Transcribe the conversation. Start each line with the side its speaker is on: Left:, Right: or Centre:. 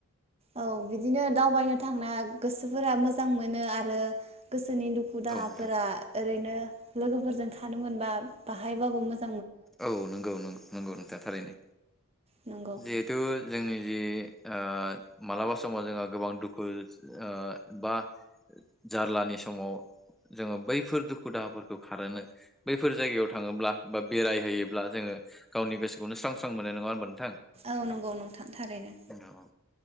Right: औ बिदिनो दावबायनो थांना गोसोफोरा मोजां मोनो आरो गोसो फोरनि दुखु दाहाफोरा
Centre: औ नोंथां
Right: ओरैनो लोगोफोरजों थानो मोनबा बाहायबाबो मोज
Centre: औ नंगौ नं- नंगौ नोंथाङा थारैनो
Right: नंगौ
Centre: जिहेथु जोंनि जि ओ मालाबा समाव जोंहा गोबां दुखु ओ बा जारलानि समाव जोङो बैफोर दुखु दाहाफोरखौ खारहोनो बैफोर जायगायाव थाङोब्ला बा बेरायहोयोब्ला जोङो गावनि गोसोखौनो स्रां स्रां मोनो नङा होमबा
Right: औ नंगौ नोंथां थारैनो।
Centre: औ